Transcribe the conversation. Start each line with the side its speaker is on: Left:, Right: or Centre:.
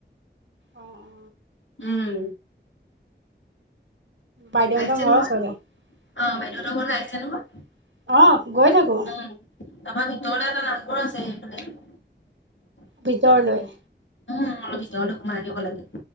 Right: অ অ
Left: উম।
Right: বাইদেউহঁতৰ
Left: আহিছে
Right: ঘৰৰ
Left: নহয়,
Right: ওচৰতে উম
Left: অ', বাইদেউহঁতৰ ঘৰলৈ আহিছে নহয়,
Right: অহ, গৈ থাকো।
Left: উম। তাৰপৰা ভিতৰলে এটা নামঘৰ আছে সেইফালে।
Right: ভিতৰলৈ।
Left: উম, আ ভিতৰলৈ সোমাই আহিব লাগে।